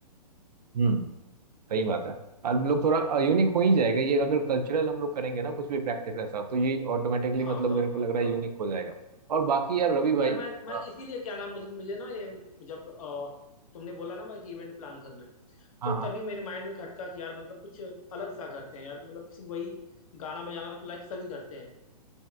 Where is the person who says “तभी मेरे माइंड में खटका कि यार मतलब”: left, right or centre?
Left